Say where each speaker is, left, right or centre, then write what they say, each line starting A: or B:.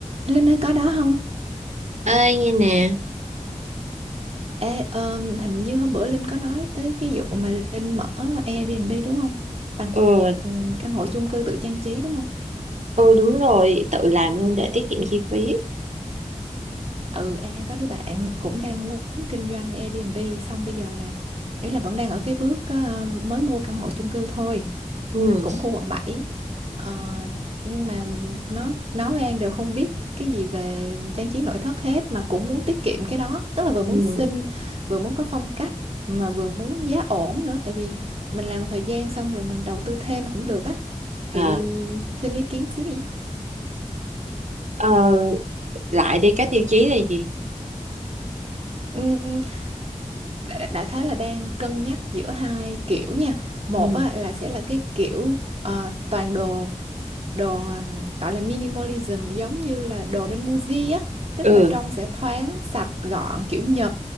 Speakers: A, on the right; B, on the right.
A: Linh ơi có đó không?
B: ơi nghe nè
A: Ê, ờm, hình như hôm bữa Linh có nói tới cái vụ mà Linh mở Airbnb đúng không? Bằng
B: ừ
A: ừm, căn hộ chung cư tự trang trí đúng không?
B: ừ đúng rồi tự làm luôn để tiết kiệm chi phí
A: Ừ, An có đứa bạn cũng đang muốn kinh doanh Airbnb xong bây giờ là ý là vẫn đang ở cái bước ờ, mới mua căn hộ chung cư thôi.
B: ừ
A: cũng khu quận bảy Ờ, nhưng mà nó nó với An đều không biết cái gì về trang trí nội thất hết mà cũng muốn tiết kiệm cái đó tức là vừa muốn
B: ừ
A: xinh vừa muốn có phong cách mà vừa muốn giá ổn nữa tại vì mình làm một thời gian xong rồi mình đầu tư thêm cũng được á thì
B: Ờ,
A: xin ý kiến xíu đi
B: ờ, lại đây các tiêu chí là gì
A: Ừm, đạ- đại khái là đang cân nhắc giữa hai kiểu nha một
B: ừ
A: á, là sẽ là cái kiểu ờ, toàn đồ đồ um, gọi là minimalism giống như là đồ bên Muji á tức
B: ừ
A: là trông sẽ thoáng sạch gọn kiểu Nhật